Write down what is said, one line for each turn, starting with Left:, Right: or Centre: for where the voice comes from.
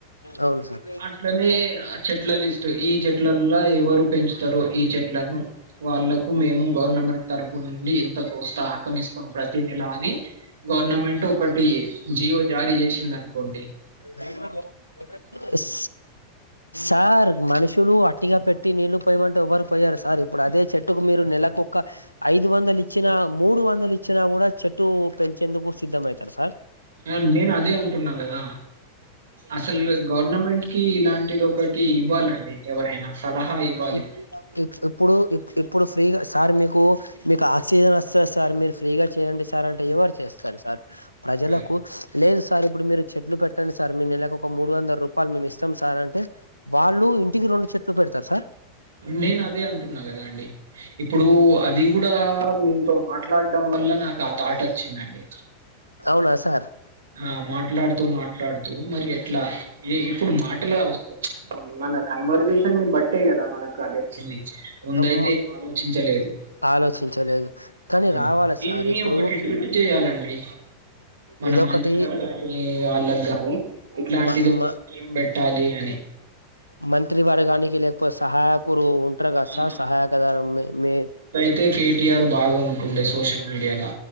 Left: అవును సార్
Right: అట్లనే ఆచెట్ల లిస్ట్ ఈ చెట్లల్లో ఎవరు పెంచుతారు ఈ చెట్లను వాళ్ళకు మేము గవర్నమెంట్ తరపు నుండి ఇంత ప్రోత్సాహకం ఇస్తాం ప్రతి నెల అని గవర్నమెంట్ ఒకటి జిఓ జారీ చేసింది అనుకోండి.
Left: హలో ష్ సార్ మనుషులు అట్టిగా పెట్టి నీళ్ళు పోయమంటే ఎవ్వరు పోయరు సార్ ఇప్పుడు అదే చెట్టుకు మీరు నెలకొక్క ఐదు వందలు ఇచ్చిన, మూడు వందలు ఇచ్చినా కూడా చెట్టు పెంచేందుకు సిద్ధమైతారు సార్.
Right: నేన్ నేను అదే అంటున్నా కదా అసలు గవర్నమెంట్ కి ఇలాంటిది ఒకటి ఇవ్వాలండి ఎవరైనా సలహా ఇవ్వాలి.
Left: ఇప్ ఇప్పుడు ఇప్పుడు ఫ్రీగా సార్ మీకు మీకు ఆక్సిజన్ వస్తది సార్, మీరు ఫ్రీగా చేయండి సార్ అంటే ఎవరు చేస్తారు సార్ ప్రజలకు
Right: అదే.
Left: లేదు సార్ ఇప్పుడు మీరు చెట్లు పెట్టండి సార్ మీ నెలకు ఒక మూడు వందల రూపాయలు మేము ఇస్తాం సార్ అంటే? వాళ్ళు ఇంటికి రెండు చెట్లు పెడతారు సార్
Right: నేను అదే అంటున్నా కదా అండి ఇప్పుడు అది కూడా మీతో మాట్లాడ్డం వల్ల నాకు ఆ థాట్ వచ్చిందండి.
Left: అవునా సార్
Right: అ మాట్లాడుతూ మాట్లాడుతూ మరి ఎట్లా ఈ ఇప్పుడు మాటలు వ మన కన్వర్జేషన్ ని బట్టే కదా మనకు అదే చింది ముందైతే
Left: అమ్మ
Right: ఆలోచించలేదు.
Left: ఆలోచించలేదు కానీ
Right: ఆ!
Left: రావాలి
Right: దీన్ని
Left: సార్ ఇప్పుడు
Right: ఒకటి ట్వీట్ చేయాలండి మన
Left: ఇదొకటి
Right: మంత్రి వర్గానికి, వాళ్ళకి గాని ఇట్లాంటిది
Left: మ
Right: ఒక
Left: మ
Right: స్కీమ్ పెట్టాలి అని
Left: మంత్రి వర్గానికి లేకపోతే సహాయకులు ఉంటారు కదా
Right: ఆ,
Left: సార్ సహాయకదారు మి మీ
Right: అయితే కేటీఆర్ బాగా ఉంటుండే సోషల్ మీడియాలో